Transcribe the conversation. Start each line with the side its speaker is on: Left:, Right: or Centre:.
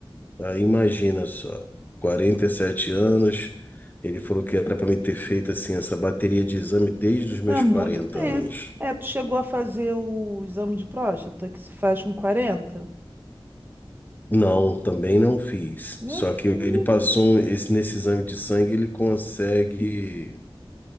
Left: aí imagina só, 47 anos. Ele falou que era para me ter feito assim essa bateria de exame desde os meus
Right: Há muito
Left: 40
Right: tempo.
Left: anos.
Right: É, tu chegou a fazer o exame de próstata que se faz com 40?
Left: Não, também não fiz.
Right: Meu
Left: Só
Right: filho.
Left: que ele passou um- esse nesse exame de sangue, ele consegue